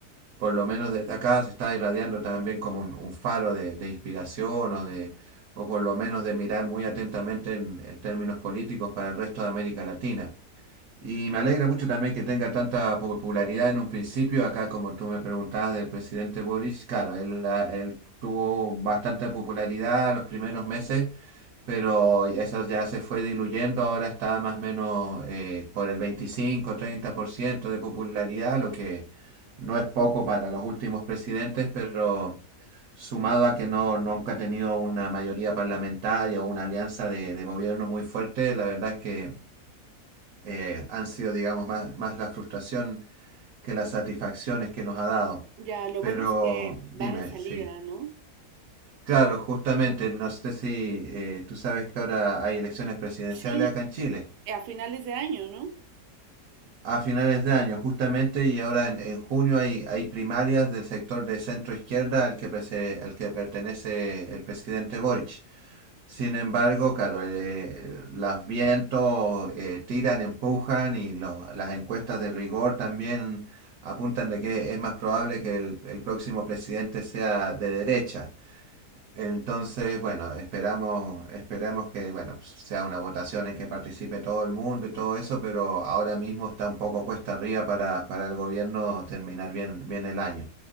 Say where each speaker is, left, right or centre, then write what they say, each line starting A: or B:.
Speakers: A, on the right; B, on the right.
A: por lo menos desde acá se está irradiando también como un, un faro de, de inspiración o de, o por lo menos de mirar muy atentamente en en términos políticos para el resto de América Latina. Y me alegra mucho también que tenga tanta popularidad en un principio. Acá, como tú me preguntabas del presidente Boris, claro, él, ah, él tuvo bastante popularidad los primeros meses, pero eso ya se fue diluyendo. Ahora está más o menos eh, por el 25, 30% de popularidad, lo que no es poco para los últimos presidentes, pero sumado a que no, nunca ha tenido una mayoría parlamentaria o una alianza de, de gobierno muy fuerte, la verdad es que eh, han sido, digamos, más, más la frustración que las satisfacciones que nos ha dado.
B: Ya, lo
A: Pero
B: bueno es que
A: dime,
B: va de salida,
A: sí.
B: ¿no?
A: Claro, justamente, no sé si eh, tú sabes que ahora hay elecciones presidenciales
B: Sí,
A: acá en Chile.
B: a finales de año, ¿no?
A: a finales de año, justamente, y ahora en, en junio hay, hay primarias del sector de centro izquierda al que, prese- al que pertenece el presidente Boric. Sin embargo, claro, eh, los vientos eh, tiran, empujan y los- las encuestas de rigor también apuntan de que es más probable que el, el próximo presidente sea de derecha. Entonces, bueno, esperamos, esperamos que, bueno, pues, sea una votación en que participe todo el mundo y todo eso, pero ahora mismo está un poco cuesta arriba para, para el gobierno terminar bien, bien el año.